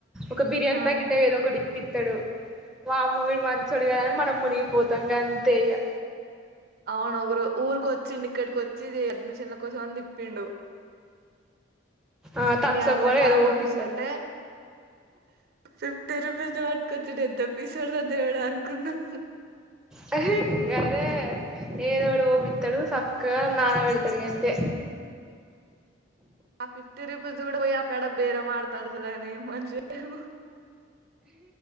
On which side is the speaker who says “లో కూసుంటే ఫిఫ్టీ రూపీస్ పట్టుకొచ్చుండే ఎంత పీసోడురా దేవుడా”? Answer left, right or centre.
Right